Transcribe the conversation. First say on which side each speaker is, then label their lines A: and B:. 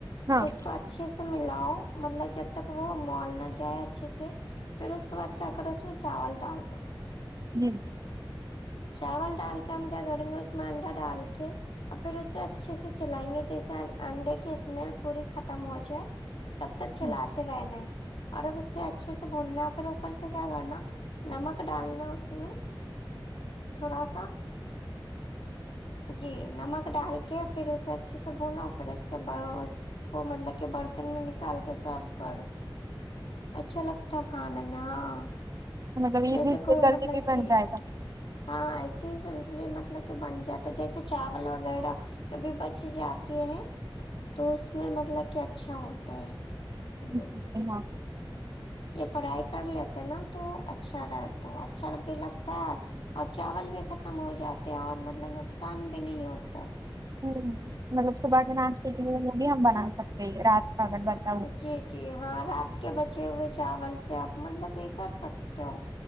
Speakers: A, on the right; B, on the left.
A: ہاں
B: اس کو اچ اچھے سے ملاؤ مطلب جب تک وہ مال نہ جائے اچھے سے پھر اس کے بعد کیا کرو اس میں چاول ڈال دو
A: جی
B: <inaudible> چاول ڈال کے ہم کیا کریں گے اس میں انڈا ڈال کے اور پھر اسے اچھے سے چلائیں گے کہ سنگ انڈے کی اسمیل پوری ختم ہوجائے تب تک چلاتے
A: ہوں
B: رہنا ہے اور اب اس سے اچھے سے بھوننا پھر اوپر سے کیا کرنا نمک ڈالنا اس میں تھوڑا سا جی نمک ڈال کے پھر اسے اچھے سے بھونو پھر اس کے باس کو مطلب کہ برتن میں نکال کے سرو کرو اچھا لگتا کھانے میں ہاں
A: مطلب ایزی
B: جیسے کوئی
A: بھی جلدی
B: مطلب
A: بھی
B: جی
A: بن جائے گا
B: ہاں ایسے ہی سمپلی مطلب کہ بن جاتا ہے جیسے چاول وغیڑہ کبھی بچ جاتی ہے تو اس میں مطلب کہ اچھا ہوتا ہے
A: جی
B: یے
A: ہاں
B: یا فرائی کرلیتے ناں تو اچھا رہتا ہے اچھا بھی لگتا ہے اور چاول بھی ختم ہو جاتے ہیں اور مطلب نقصان بھی نہیں ہوتا ہے
A: ہمم مطلب صبح کے ناشتے کے لیے بھی ہم بنا سکتے ہیں رات کا اگر بچ
B: جی جی ہاں رات کے بچے ہوئے چاول سے آپ مطلب یے کر سکتے ہو